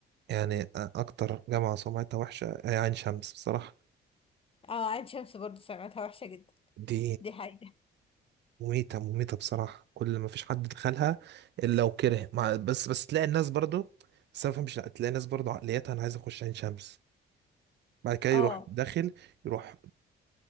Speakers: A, on the right (about 60°); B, on the left (about 30°).
A: يعني آه، أكتر جامعة سمعتها وحشة هي عين شمس بصراحة
B: اه عين شمس برضه سمعتها وحشة جدا
A: دي
B: دي حقيقة
A: مميتة مميتة بصراحة كل ما فيش حد دخلها إلا لو كره مع بس بس تلاقي الناس برضو بس أنا ما بفهمش لا تلاقي الناس برضو عقليتها أنا عايز أخش عين شمس بعد كده يروح
B: اه
A: داخل يروح